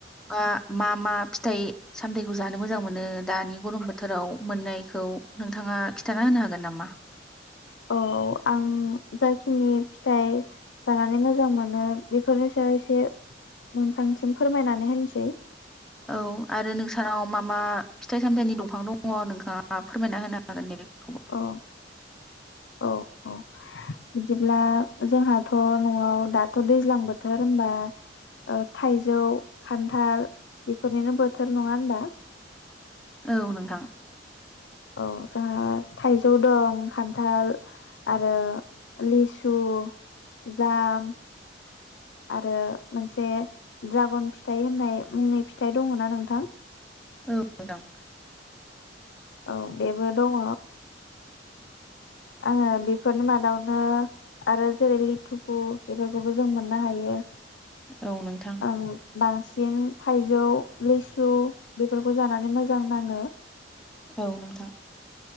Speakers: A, in the centre; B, on the left.
A: बा मा मा फिथाइ सामथायाइखौ जानो मोजां मोनो दानि गरम बोथोराव मोननाय खौ नोंथाङा खिथाना होनो हागोन नामा?
B: औ आं जाखिनि फिथाइ जानानै मोजां मोनो बेफोरनि सायाव एसे नोंथांसिम फोरमायनानै होनसै।
A: औ आरो नोंसानाव मा मा फिथाइ सामथायाइनि दंफां दङ नोंथाङा फोरमायना होनो हागोन दे। बेखौबो
B: औ औ औ। बिदिब्ला जोंहाथ' न'आव दाथ' दैज्लां बोथोर होनबा ओ थाइजौ, खान्थाल बेफोरनिनो बोथोर नङा होनबा।
A: औ नोंथां।
B: औ जोंहा थाइजौ दं खान्थाल आरो लिसु जाम। आरो मोनसे ड्रागन फिथाइ होननाय मुंनि फिथाइ दङ ना नोंथां।
A: औ नोंथां।
B: औ बेबो दङ आङो बेफोरनि मादावनो आरो जेरै लिथुफु बेफोरखौबो जों मोननो हायो।
A: औ नोंथां।
B: ओं बांसिन थाइजौ लिसु बेफोरखौ जानानै मोजां नाङो।
A: औ नोंथां।